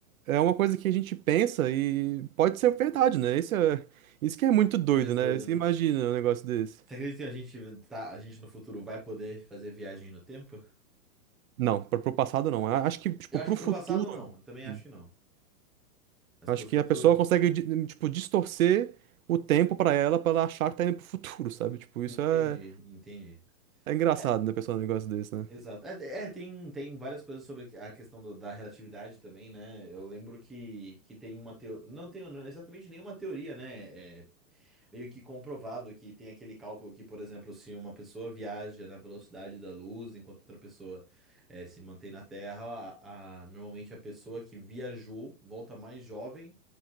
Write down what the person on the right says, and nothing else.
é uma coisa que a gente pensa e pode ser verdade, né? Isso é, isso que é muito doido,
né? Você
imagina um negócio desse.
Não, pro, pro passado não. A- Acho que, tipo,
pro
futuro,
sim.
acho
que a pessoa consegue, di- tipo, distorcer o tempo para ela, para ela achar que tá indo pro futuro, sabe? Tipo,
isso é,
é engraçado,
né, pessoal, um negócio desse, né?